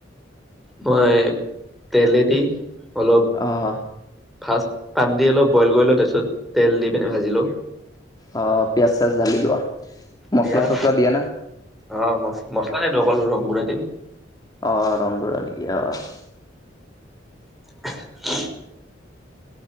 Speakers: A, in the centre; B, on the left.
A: মই তেলেদি অলপ
B: আহ
A: ফাৰ্ষ্ট পানী দি অলপ বইল কৰি লো তাৰপিছত তেল দি পিনি ভাজি লওঁ।
B: অ', পিয়াজ চিয়াজ জালি লোৱা। মচলা
A: পিয়াজ
B: চচলা দিয়া না
A: অ', ম মছলা নিদিওঁ অকল ৰংগুৰা দিম।
B: অ', ৰংগুৰা দি অহ।
A: <unintelligible>